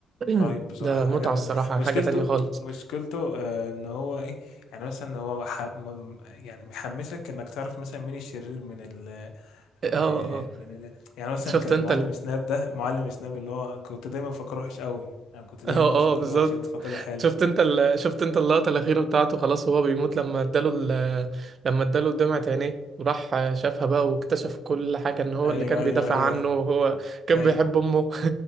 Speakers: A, on the right; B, on the left.
A: <clears throat>
B: رهيب بصراحة
A: ده متعة
B: عجبني
A: الصراحة
B: مشكلته
A: حاجة تانية خالص
B: مشكلته آه، ان هو ايه يعني مثلا هو ح... م- يعني محمسك انك تعرف مثلا مين الشرير من ال
A: اه
B: م-
A: اه آه.
B: من ال يعني مثلا
A: شفت
B: كان
A: انت
B: المعلم سناب ده معلم سناب اللي هو كنت دايما بفكره وحش قوي يعني كنت دايما
A: اه
B: بفكره
A: اه بالظبط
B: وحش قوي فطلع حلو
A: شفت انت ال... شفت انت اللقطة الأخيرة بتاعته خلاص وهو بيموت لما اداله ال... لما اداله دمعة عينيه وراح شافها بقى واكتشف كل حاجة ان هو
B: ايوه
A: اللي كان
B: ايوه
A: بيدافع
B: ايوه
A: عنه
B: ايوه,
A: وهو كان
B: أيوة.
A: بيحب أمه